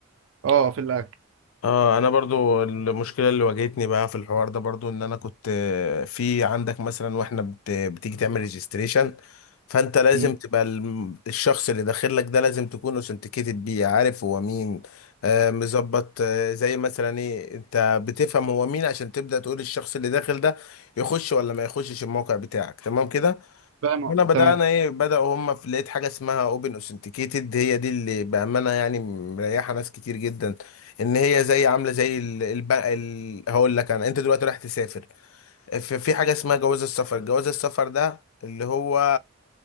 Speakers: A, on the right; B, on the left.
A: اه في الاخر
B: اه انا برضو المشكله اللي واجهتني بقى في الحوار ده برضو ان انا كنت آه، في عندك مثلا واحنا بت- بتيجي تعمل ريجستريشن فانت لازم
A: مم.
B: تبقى الم- الشخص اللي داخل لك ده لازم تكون اوثنتيكيتد بيه عارف هو مين آه مظبط آه زي مثلا ايه انت بتفهم هو مين عشان تبدا تقول الشخص اللي داخل ده يخش ولا ما يخشش الموقع بتاعك تمام كده
A: فاهم
B: هنا بدأنا
A: تمام
B: ايه بدأوا هم في لقيت حاجة اسمها اوبن اوثنتيكيتد هي دي اللي بأمانة يعني مريحة ناس كتير جدا ان هي زي عاملة زي البنك هقول لك انا انت دلوقتي رايح تسافر في في حاجة اسمها جواز السفر جواز السفر ده اللي هو